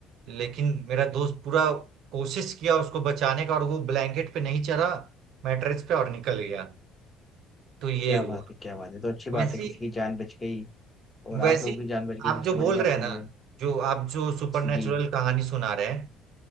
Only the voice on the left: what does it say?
क्या
बात है क्या बात है तो अच्छी बात
है किसी की जान बच गई और आप
लोग भी जान बच गई
सबसे
बड़ी
बात
तो
ये है
जी